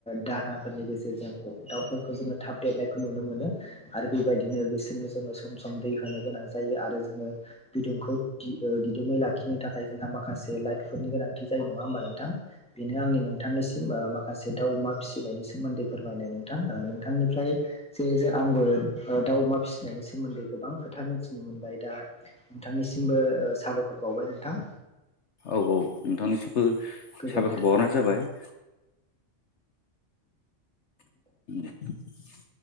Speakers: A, in the centre; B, on the left.
A: दाहोनाफोरनि गेजेरजों दाउफोरखौ जोङो थाब देरनायखौ नुनो मोनो आरो बेबायदिनो बिसोरनो जोङो सम दै होनो गोनां जायो आरो जोङो बिदुंखौ दिदोमै लाखिनो थाखाय जोंहा माखासे लाइतफोरनि गोनांथि जायो नङा होमबा नोंथां बेनो आंनि नोंथांनिसिम माखासे दाउ अमा फिसिनायनि सोमोन्दै फोरमायनाय नोंथां नोंथांनि फ्राय जे जे आंबो दाउ अमा फिसिनायनि सोमोन्दै गोबां खोथा मिथिनो मोनबाय दा नोंथांनिसिमबो साबायखर बावबाय नोंथां
B: औ औ नोंथांनिसिबो साबायखर
A: गोजोननाय थाबाय
B: बावहरनाय जाबाय <inaudible>